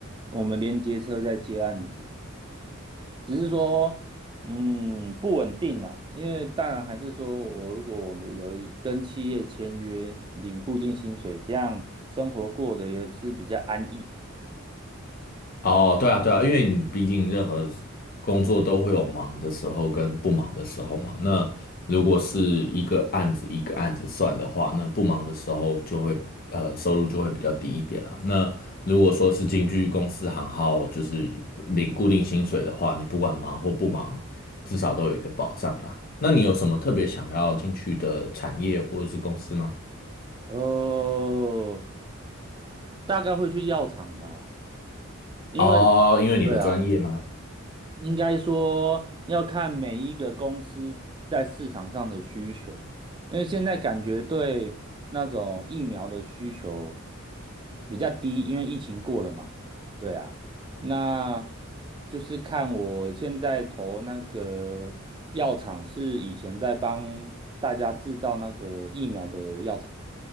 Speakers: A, on the right; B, on the left.
A: 我们连接车在接案子，只是说嗯不稳定啊。因为当然还是说我如果我们有一跟企业签约领固定薪水，这样生活过得也是比较安逸。
B: 哦，对啊，对啊，因为你毕竟任何工作都会有忙的时候跟不忙的时候嘛。那如果是一个案子一个案子算的话，那不忙的时候就会呃收入就会比较低一点啦。那如果说是进去公司行号，就是领固定薪水的话，你不管忙或不忙，至少都有一个保障啦。那你有什么特别想要进去的产业或者是公司吗？
A: 哦，大概会去药厂吧，因为
B: 哦，因为你的专业吗？
A: 对啊，应该说要看每一个公司在市场上的需求，因为现在感觉对那种疫苗的需求比较低，因为疫情过了嘛。对啊，那就是看我现在投那个药厂是以前在帮大家制造那个疫苗的药厂，